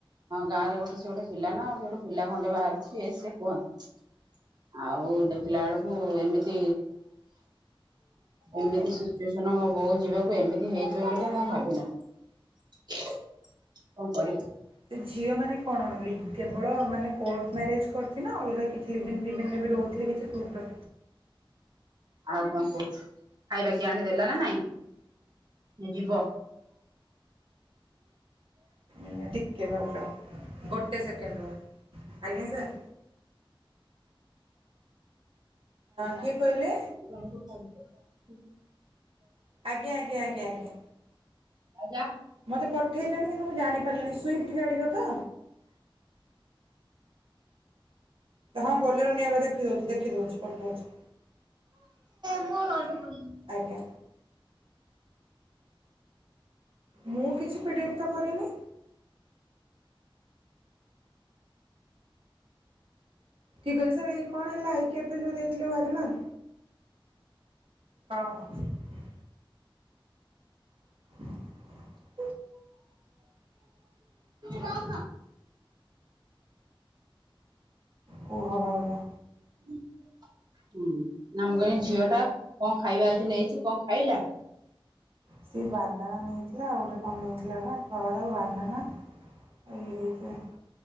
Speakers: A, on the right; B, on the right.
A: ଗାଁରେ ଗୋଟେ ସେ ଗୋଟେ ପିଲା ନା ପିଲା ଖଣ୍ଡେ ବାହାରୁଛି ଇଏ ସିଏ କୁହନ୍ତି। ଆଉ ଦେଖିଲା ବେଳକୁ ଏମିତି ଏମିତି ସିଚୁଏସନ ମୋ ବୋଉ ଯିବାକୁ ଏମିତି ହେଇଯିବ ବୋଲି ନାଇ ଭାବିିନ କଣ କରି
B: ସେ ଝିଅ ମାନେ କଣ ବୋଲି କେବଳ ମାନେ କୋଟ୍ ମ୍ୟାରେଜ୍ କିନ ଅଲଗା କିଛି ଲିଭିନ୍ ଫିଭିିନ୍ ରେ ବି ରହୁଥିଲେ କିଛି ପ୍ରୁଫ୍ ର।
A: ଆଉ କଣ କୋଉ ଖାଇବା କିଏ ଆଣିଦେଲା ନା ନାଇଁ? ସି ଦିବସ।
B: ଆୟାଁ ଟିକେ ଭାଉଜ ଗୋଟେ ସେକେଣ୍ଡ ରୁହ ଆଜ୍ଞା ସାର୍।
A: <inaudible>
B: କିଏ କହିଲେ ଆଜ୍ଞା ଆଜ୍ଞା ଆଜ୍ଞା ଆଜ୍ଞା।
A: ନା
B: ମତେ ପଠେଇଛନ୍ତି କିନ୍ତୁ ମୁଁ ଜାଣିପାରିଲିନି ସୁଇଫ୍ଟି ଗାଡିର ତ? ହଁ ବଲେର ନିଓର ଦେଖିଦୋଉଚି ଦେଖିଦୋଉଚି ପଠୋଉଚି।
A: <unintelligible>
B: ଆଜ୍ଞା। ମୁଁ କିଛି ପିଡ଼ିଏଫ୍ ତ କରିନି। ଠିକ କରି ସାରେ ଏଇ କଣ ଆଇଲା ଏଇକ୍ୟାପ୍ ରେ ଯୋଉ ଦେଇଥିଲଥିଲେ ୱାଗ୍ନର୍। ହଁ। <inaudible>
A: ରଖ।
B: କୁହ ଭାଉଦା
A: ହୁଁ। ହୁଁ ନାଁ ମୁ କଇନି ଝିଅ ଟା କଁ ଖାଇବା ଆଜି ନେଇଚି କଁ ଖାଇଲା?
B: ସିଏ ବାନାନା ନେଇଥିଲା ଆଉ ଗୋଟେ କଣ ନେଇଥି ଲା ପା ଫ୍ରଡ୍ ଆଉ ବାହାନା ଆଉ ଇଏ ଦେଇଥିଲା